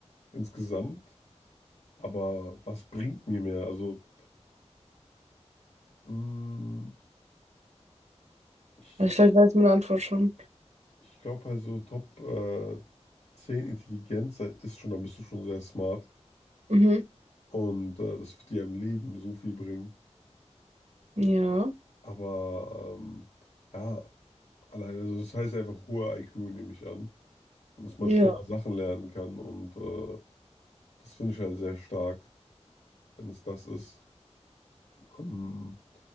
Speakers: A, on the left; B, on the right.
A: insgesamt. Aber was bringt mir mehr? Also, mh, ich,
B: Also ich glaube, ich weiß meine Antwort schon.
A: ich glaube halt so Top äh, 10 Intelligenz sein ist schon, dann bist du schon sehr smart.
B: Mhm.
A: Und äh, das wird dir im Leben so viel bringen.
B: Ja.
A: Aber ähm, ja, allein, also das heißt einfach hoher IQ, nehme ich an. Und dass man
B: Ja.
A: schneller Sachen lernen kann und äh, Das finde ich halt sehr stark, wenn es das ist. Ähm,